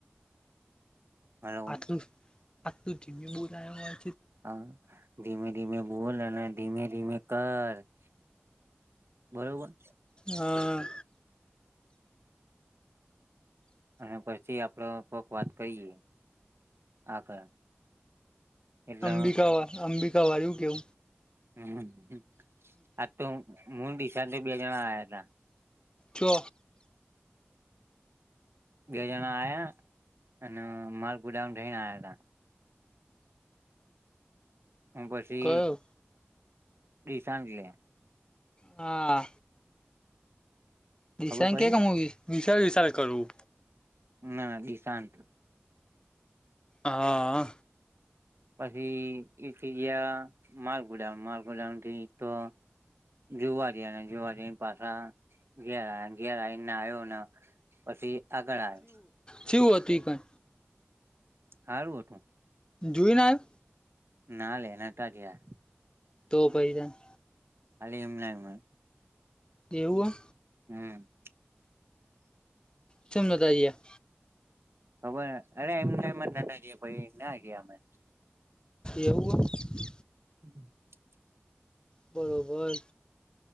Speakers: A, on the right; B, on the left.
A: હલો
B: આથું આ તું ધીમે બોલવ્યા
A: હા ધીમે ધીમે બોલ અને ધીમે ધીમે કર <inaudible> બરોબર
B: હા.
A: અને પછી આપડો કોક વાત કયરી આગળ એટલે
B: અંબિકા વા અંબિકા વાયું કેઉ
A: એમન હમ આ તો હું દિશાંત બે જણા આયા હતા
B: છો
A: બે જણા આયા અને માલપુડા થઈ આયા તા. હું પછી
B: કયો
A: દિશાગલે
B: હા દીસા
A: ખબર પડી
B: કે ક મુવીસ ક વિચાર કરું
A: ના દિશાન્ત
B: હા
A: પછી એ ગિયા માલપૂડા માલપૂડાથી તો જુવા ગયા જુવા જ પાછા ઘેર આય ઘેર આવીને નાયો ને પછી આગળ આવે
B: છું હતી કાઈ
A: સારું હતું
B: જોુઈ ને આયો
A: ના લે નટિ ગયા
B: તો પછી <unintelligible>
A: ખાલી એમનેમા હોય
B: એવું
A: હમ
B: ચેમ નોધાયયા
A: હવે અરે એમને નતા ગયા પછી ના ગયા અમે
B: એવું હે
A: <unintelligible>
B: બરોબર